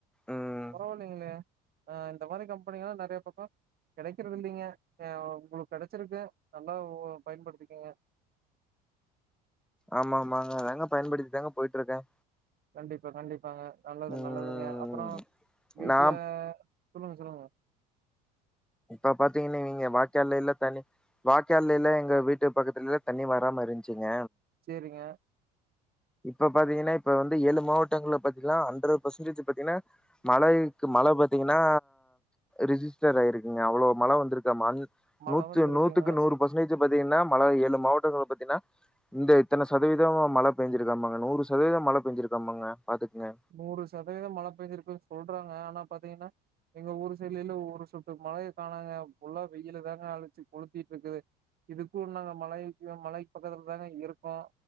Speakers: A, in the centre; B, on the right.
A: ம்
B: பரவால லீங்களே ஆ இந்த மாதிரி கம்பெனிங்கலா நறைய பக்கோ கெடைக்கறது இல்லீங்க அ உங்குளுக்கு கெடைச்சிருக்கு நல்லா உ பயன்படுத்துக்கீங்க
A: ஆமா ஆமாங்க அதாங்க பயன்டுத்தி தாங்க போயிட்ருக்க
B: கண்டிப்பா கண்டிப்பாங்க நல்லது
A: ம்
B: நல்லதுங்க அப்புறோ வீட்ல
A: நா
B: சொல்லுங்க சொல்லுங்க
A: இப்ப பாத்தீங்கன்னா நீங்க வா கால்லெல்ல தண்ணி வாய்க்காலயெல்லா எங்க வீட்டு பக்கத்துலல்ல தண்ணி வராம இருந்த்ச்சுங்க
B: செரிங்க
A: இப்ப பாத்தீங்கன்னா இப்ப வந்து ஏழு மாவட்டங்கள்ல பாத்தீங்கன்னா அண்டர பர்சன்டேஜ் பாத்தீங்கன்னா மழைக்கு மழ பாத்தீங்கன்னா ரிஜிஸ்டர் ஆயிருக்குங்க அவ்ளோ மழ வந்துருக்காமா அ
B: மழ
A: நூத்து
B: வந்து இருக்குங்க
A: நூத்துக்கு நூறு பர்சன்டேஜு பாத்தீங்கன்னா மழ ஏழு மாவட்டங்கள பாத்தீங்கன்னா இந்த இத்தன சதவீதோ மழ பேஞ்சிருக்காமாங்க நூறு சதவீதோ மழை பேஞ்சிருக்காமாங்க பாத்துக்குங்க
B: நூறு சதவீதம் மழ பேஞ்சிருக்குன்னு சொல்றாங்க ஆனா பாத்தீங்கன்னா எங்க ஊரு சைடுலுல ஒரு சொட்டு மழைய கானோங்க ஃபுல்லா வெயில தாங்க அழிச்சு கொளுத்திட்டு இருக்குது இதுக்கு நாங்க மலைக்கு மலைக் பக்கத்துல தாங்க இருக்கோ